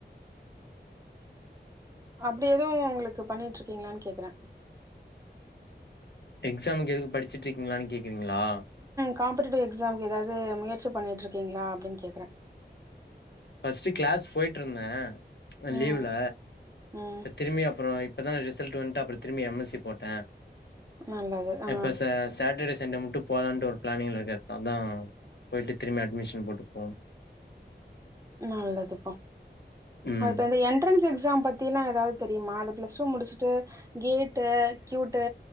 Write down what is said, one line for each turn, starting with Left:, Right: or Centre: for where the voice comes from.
Right: அப்டி எதுவு உங்களுக்கு பண்ணிட்டு இருக்கீங்களான்னு கேக்கறே
Left: எக்ஸாமுக்கு எதுக்கு படிச்சுட்டு இருக்கீங்களான்னு கேக்குறிங்களா
Right: காம்பட்டிட்டிவ் எக்ஸாம்கு ஏதாது முயற்சி பண்ணிட்டு இருக்கீங்களா அப்டின்னு கேக்ற
Left: ஃபஸ்ட்டு கிளாஸ் போயட்டுருந்தே லீவ்ல
Right: ம் ம்
Left: திரும்பியு அப்றோ இப்ப தா ரிசல்ட் வந்துட்டு அப்றோ திரும்பியு எம் எஸ் சி போட்டே
Right: நல்லது ஆ
Left: இப்ப ச சட் சட்டர்டே சண்டே மட்டும் போகலான்ட்டு ஒரு பிளானிங்ல இருக்கே அதா போயிட்டு திரும்பியு அட்மிஷன் போட்டு போணு
Right: நல்லதுப்பா
Left: ம்
Right: அடுத்து வந்து என் என்ட்ரன்ஸ் எக்ஸாம் பத்திலா ஏதாது தெரிமா அது ப்ளஸ் டூ முடிச்சுட்டு கேட்டு க்யூட்டு